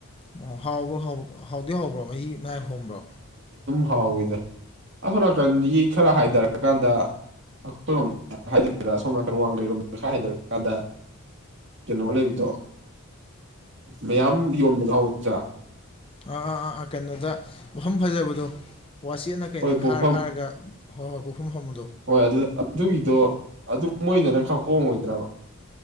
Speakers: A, on the left; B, on the right.
A: ꯑꯣ ꯍꯥꯎꯕ꯭ꯔꯣ ꯍꯥꯎ ꯍꯥꯎꯗꯤ ꯍꯕ꯭ꯔꯣ ꯃꯍꯤ ꯃꯥꯏ ꯍꯣꯝꯕ꯭ꯔꯣ
B: ꯍꯥꯎꯋꯤꯗ ꯑꯁꯣ ꯅꯥꯀꯟꯗꯒꯤ ꯈꯔ ꯍꯥꯏꯊꯔꯀꯥꯟꯗ ꯑꯩꯈꯣꯏꯔꯣꯝ ꯍꯏꯗꯣꯏꯔꯥ ꯁꯣꯝ ꯅꯥꯀꯜ ꯋꯥꯡꯈꯩꯔꯣꯝꯗ ꯈꯔ ꯍꯥꯏꯊꯔꯀꯥꯟꯗ ꯀꯩꯅꯣ ꯂꯩꯕꯗꯣ ꯃꯌꯥꯝ ꯌꯣꯟꯕꯗꯣ ꯍꯎ ꯃꯆꯥ
A: ꯑꯥ ꯑꯥ ꯑꯥ ꯑꯥ ꯀꯩꯅꯣꯗ ꯃꯐꯝ ꯐꯖꯕꯗꯣ ꯋꯥꯆꯦꯠꯅ ꯀꯩꯅ
B: ꯍꯣꯏ
A: ꯈꯥꯔ
B: ꯄꯣꯠꯐꯝ
A: ꯈꯥꯔꯒ ꯍꯣꯏ ꯍꯣꯏ ꯄꯣꯠꯐꯝ ꯐꯝꯕꯗꯣ
B: ꯍꯣꯏ ꯑꯗꯨ ꯑꯗꯨꯒꯤꯗꯣ ꯑꯗꯨ ꯃꯣꯏꯗꯨꯅ ꯈꯔ ꯍꯣꯡꯉꯣꯏꯗ꯭ꯔꯕ